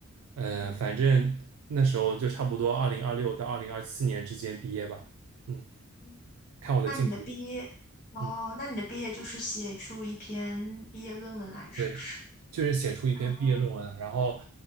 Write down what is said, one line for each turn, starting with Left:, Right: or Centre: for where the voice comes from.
Right: 呃，
Left: 嗯
Right: 反正那时候就差不多二零二六到二零二七年之间毕业吧。嗯，
Left: 嗯，
Right: 看我的进度。
Left: 那你的毕业，哦，
Right: 嗯。
Left: 那你的毕业就是写出一篇毕业论文来，是不是？
Right: 对，就是写出一篇毕业论文来，
Left: 哦，
Right: 然后，